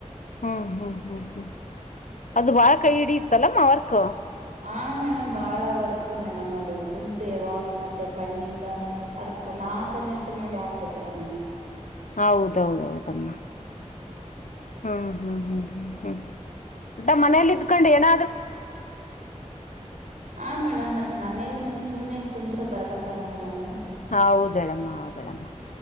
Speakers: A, on the left; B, on the right.
A: ಹ್ಮ್ ಹ್ಮ್ ಹ್ಮ್ ಹ್ಮ್ ಅದು ಬಾಳ ಕೈ ಹಿಡತ್ತಲ್ಲಮ್ಮ ವರ್ಕ.
B: ಹ ಮೇಡಮ್ ಬಾಳ ವರ್ಕ್ ಮೇಡಮ್ ಅದು ಕುಂತು ಯಾವಾಗು ಮತ್ತೆ ಕಣ್ಣಿಂದ ಅದ. ಕಣ ಕಣ್ಣಿಟ್ಟು ನೋಡಿ ಹಾಕ್ಬೇಕಲ್ಲ ನೀವ.
A: ಹೌದೌದ ಹೌದಮ್ಮ. ಹ್ಮ್ ಹ್ಮ್ ಹ್ಮ್ ಹ್ಮ್ ಹ್ಮ ಓಟ ಮನೇಲಿ ಇದ್ಕೊಂಡ್ ಏನ.
B: ಆ ಮೇಡಮ್ ಮತ್ತೆ. ಮನೇಲಿ ಸುಮ್ನೆ ಕುತ್ರೆ ಬರ್ಬೇಕಲ್ಲ ಮೇಡಮ್ ಈಗ.
A: ಹ ಹೌದಳಮ್ಮ ಹೌದಳಮ್ಮ.